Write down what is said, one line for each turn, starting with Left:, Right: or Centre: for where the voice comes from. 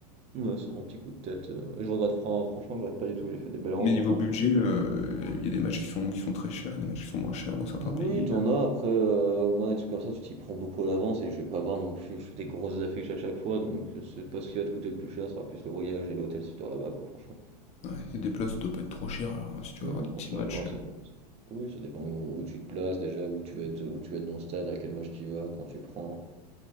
Right: Ouais, c'est un petit coup de tête. euh, et je regrette, fran- franchement, je regrette pas du tout, j'ai fait des belles rencontres
Left: Mais niveau
Right: en
Left: budget,
Right: plus. et-
Left: euh, il y a des matchs qui sont, qui sont très chers, des matchs qui sont moins chers dans certains
Right: Oui,
Left: pays.
Right: t'en
Left: euh.
Right: as, après, euh, moi, des trucs comme ça, tu t'y prends beaucoup à l'avance et je vais pas voir non plus des grosses affiches à chaque fois, donc euh, c'est pas ce qui va te coûter le plus cher, ce sera plus le voyage et l'hôtel si tu dors là-bas quoi, franchement.
Left: Ouais, et des places, ça doit pas être trop cher, alors si tu
Right: Non,
Left: veux avoir des petits
Right: on ça
Left: matchs.
Right: va,
Left: euh.
Right: c'est pas. Oui, ça dépend où tu te places déjà, où tu vas être, où tu vas être dans le stade, à quel match tu y vas, quand tu prends.